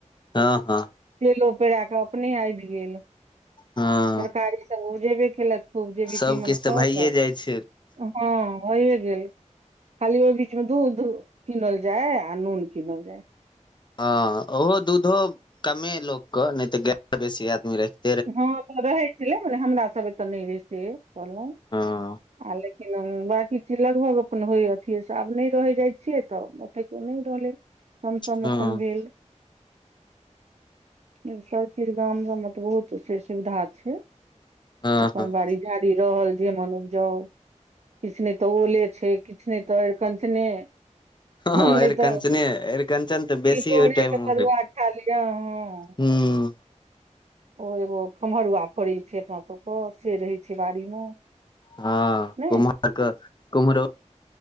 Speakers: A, on the left; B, on the right.
A: हँ हँ- -
B: तेलो पेरा के अपने आबि गेल
A: हँ
B: तरकारी सब उपजेबे केलक। खूब जे मिनती
A: सबकिछु
B: मन
A: तऽ
B: खाउ
A: भइए
B: हॅं-
A: जाइ छै
B: - भए गेल खाली ओहि बीच मे दूध किनल जाय आ नून किनल जाय।
A: हँ ओहो दूधो कमे लोकके नहि तऽ गाय बेसी आदमी रखै। ृ
B: हँ तऽ रहै छलै मने हमरा सभ ए तऽ नहि रहै से कहलहुँ।
A: हँ
B: आ लेकिन बाँकी चीज लगभग अपन होइ अथियेसँ आब नेई रहै जाइत छियै तऽ- - ह्त कोग नहि रहलै कमसम
A: हँ
B: अपन भेल, ई सब चीज गाम सब मे त बहुत- - त से सुविधा छै,
A: हँ
B: अपन
A: हँ
B: बाड़ी- - झाड़ी रहल जे मन उपजाउ किछ में तऽ ओले छैई। कितने त अरकंचने- - ह
A: हँ
B: नहि
A: अरिकञ्चने
B: तऽ
A: अरिकञ्चन तऽ
B: तिलकोरेके
A: बेसी ओहि टाइम मे
B: तरुआ
A: होइ
B: खा लिअ हँ।
A: हूं
B: ओ खम्हरुआ फड़ैत छै अपना सभके से रहैत छै बाड़ी मे --
A: हँ
B: नहि
A: कुम्हर के कुम्हरौरी